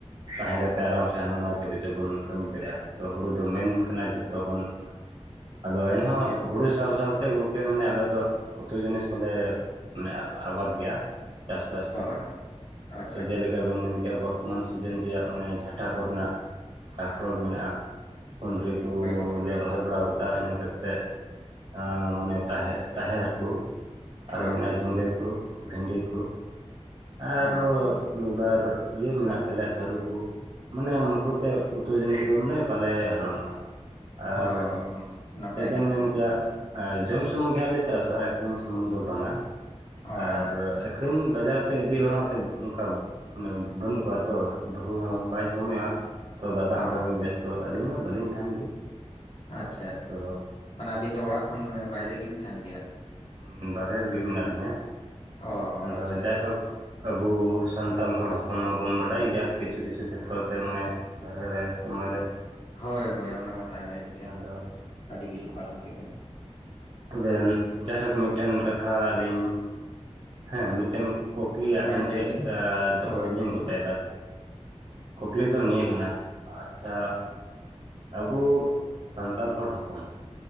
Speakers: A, on the right; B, on the left.
A: ᱛᱟᱦᱮᱸ ᱠᱟᱛᱮ ᱟᱨᱟᱢ ᱥᱮ ᱦᱟᱱ ᱱᱟ <unintelligible> ᱵᱚᱱ ᱠᱟᱹᱢᱤ ᱫᱟᱲᱮᱜᱼᱟ ᱛᱚ ᱦᱩᱲᱩ ᱫᱚ ᱢᱮᱱ ᱠᱟᱱᱟ ᱡᱚᱛᱚ ᱠᱷᱚᱱ ᱟᱫᱚ ᱮᱱ ᱦᱚᱸ
B: ᱦᱳᱭ ᱜᱚᱢᱠᱮ
A: ᱦᱩᱲᱩ ᱥᱟᱶ ᱥᱟᱶ ᱛᱮ ᱜᱚᱝᱠᱮ ᱢᱟᱱᱮ ᱟᱞᱮ ᱫᱚ ᱩᱛᱩ ᱡᱤᱱᱤᱥ ᱦᱚᱸᱞᱮ ᱢᱟᱱᱮ ᱟᱵᱟᱫ ᱜᱮᱭᱟ᱾ ᱪᱟᱥᱵᱟᱥ
B: ᱦᱳᱭ
A: ᱜᱮᱭᱟᱞᱮ
B: ᱟᱪᱪᱷᱟ
A: ᱛᱚ ᱡᱮᱞᱮᱠᱟ
B: ᱜᱚᱢᱠᱮ
A: ᱵᱮᱱ ᱢᱮᱱ ᱵᱚᱨᱛᱚᱢᱟᱱ ᱥᱤᱡᱤᱱ ᱨᱮᱭᱟᱜ ᱢᱟᱱᱮ ᱡᱷᱟᱴᱟ ᱠᱚᱨᱮ ᱱᱟᱜ ᱠᱟᱠᱨᱚᱞ ᱢᱮᱱᱟᱜᱼᱟ᱾ ᱠᱩᱸᱫᱽᱨᱤ ᱠᱚᱻᱞᱮ
B: ᱦᱳᱭ ᱜᱚᱢᱠᱮ ᱦᱳᱭ
A: ᱨᱚᱦᱚᱭ ᱵᱟᱲᱟᱣ ᱠᱟᱫᱟ ᱤᱱᱟᱹ ᱠᱟᱹ ᱛᱮᱜ ᱟᱻ ᱢᱟᱱᱮ ᱛᱟᱦᱮᱸ ᱛᱟᱦᱮᱸ ᱠᱩ ᱟᱨᱦᱚᱸ
B: ᱦᱳᱭ
A: ᱢᱮᱱᱟᱜᱼᱟ ᱡᱷᱤᱸᱜᱟᱹ ᱠᱩ᱾ ᱵᱷᱮᱱᱰᱤ ᱠᱚ ᱟᱨᱚ
B: ᱚ
A: ᱢᱤᱫ ᱵᱟᱨ ᱤᱭᱟᱹ ᱢᱮᱱᱟᱜ ᱛᱟᱞᱮᱭᱟ ᱥᱟᱹᱨᱩ ᱠᱩ᱾ ᱢᱟᱱᱮ <unintelligible> ᱛᱮ ᱩᱛᱩ ᱡᱤᱱᱤᱥ ᱫᱚ ᱢᱟᱱᱮ ᱵᱟᱞᱮ ᱦᱚᱨᱚᱱᱚᱜᱼᱟ᱾ ᱟᱨ
B: ᱚ ᱱᱟᱯᱟᱭ
A: ᱪᱮᱫᱵᱮᱱ
B: ᱜᱮ ᱜᱚᱢᱠᱮ
A: ᱢᱮᱱ ᱠᱮᱭᱟ?
B: ᱛᱟᱦᱚᱞᱮ
A: ᱟ ᱡᱚᱢ ᱥᱩᱢᱩᱝ ᱜᱮ ᱦᱟᱜ ᱞᱮ ᱪᱟᱥᱟ, ᱟᱹᱠᱷᱨᱤᱧ ᱥᱩᱢᱩᱝ ᱫᱚ ᱵᱟᱝ-ᱟ᱾
B: ᱚ
A: ᱟᱨ
B: ᱟᱪᱪᱷᱟ
A: ᱟᱹᱠᱷᱨᱤᱧ ᱵᱟᱡᱟᱨ ᱛᱮ ᱤᱫᱤ ᱦᱚᱲ ᱦᱚᱸ ᱛᱮ ᱚᱱᱠᱟ ᱢᱟᱱᱮ ᱵᱟᱹᱱᱩᱜ ᱠᱚᱣᱟ ᱛᱚ, ᱵᱟᱹᱦᱩ ᱦᱚᱸ ᱵᱟᱭ ᱥᱚᱢᱚᱭᱚᱜᱼᱟ, ᱛᱚ ᱫᱟᱫᱟ ᱦᱚᱸ
B: ᱚ
A: ᱠᱟᱹᱢᱤ ᱵᱮᱥᱛᱚ ᱟᱹᱞᱤᱧ ᱢᱟ ᱵᱟᱹᱞᱤᱧ ᱛᱟᱦᱮᱸᱱ ᱜᱮ᱾
B: ᱟᱪᱪᱷᱟ
A: ᱛᱚ
B: ᱢᱟᱱᱮ ᱟᱵᱤᱱ ᱫᱚ ᱚᱲᱟᱜ ᱠᱷᱚᱱ ᱵᱟᱭᱨᱮ ᱜᱮᱵᱤᱱ ᱛᱟᱦᱮᱸᱱ ᱜᱮᱭᱟ?
A: ᱦᱩᱻ ᱵᱟᱦᱮᱨ ᱨᱮᱜᱮ ᱢᱮᱱᱟᱜ ᱞᱤᱧᱟ᱾
B: ᱚ
A: ᱟᱫᱚ
B: ᱟᱪᱪᱷᱟ
A: ᱡᱟᱭᱦᱳᱠ ᱟᱵᱚ ᱥᱟᱱᱛᱟᱞ ᱦᱚᱲ ᱦᱚᱯᱚᱱ ᱢᱟᱵᱚᱱ ᱵᱟᱰᱟᱭ ᱜᱮᱭᱟ? ᱠᱤᱪᱷᱩ ᱠᱤᱪᱷᱩ ᱠᱷᱮᱛᱨᱚ ᱛᱮ ᱢᱟᱱᱮ ᱵᱟᱦᱨᱮ ᱨᱮ ᱥᱚᱢᱚᱭ ᱨᱮ,
B: ᱦᱳᱭ ᱦᱳᱭ ᱚᱸᱰᱮ ᱢᱟ ᱛᱟᱦᱮᱸ ᱦᱩᱭᱩᱜ ᱜᱮᱭᱟ
A: ᱟᱫᱚ
B: ᱟᱹᱰᱤ ᱠᱤᱪᱷᱩ ᱠᱟᱨᱚᱱ ᱛᱮᱜᱮ ᱢᱮ
A: ᱛᱚᱵᱮ ᱡᱟᱭᱦᱳᱠ ᱢᱤᱫᱴᱮᱱ ᱠᱟᱛᱷᱟ ᱞᱤᱧ ᱦᱮᱸ ᱢᱤᱫᱴᱮᱱ ᱠᱩᱠᱞᱤ ᱟᱵᱮᱱ
B: ᱦᱮᱸ
A: ᱴᱷᱮᱜ
B: ᱞᱟᱹᱭ ᱵᱤᱱ
A: ᱮᱻ ᱫᱚᱦᱚᱭ
B: ᱦᱳᱭ
A: ᱞᱤᱧ
B: ᱞᱟᱹᱭ ᱵᱤᱱ
A: ᱜᱚᱴᱟᱭ ᱫᱟ᱾ ᱠᱩᱠᱞᱤ ᱫᱚ ᱱᱤᱭᱟᱹ ᱠᱟᱱᱟ ᱟᱪᱪᱷᱟ ᱟᱵᱩ ᱥᱟᱱᱛᱟᱞ ᱦᱚᱲ ᱦᱚᱯᱚᱱ,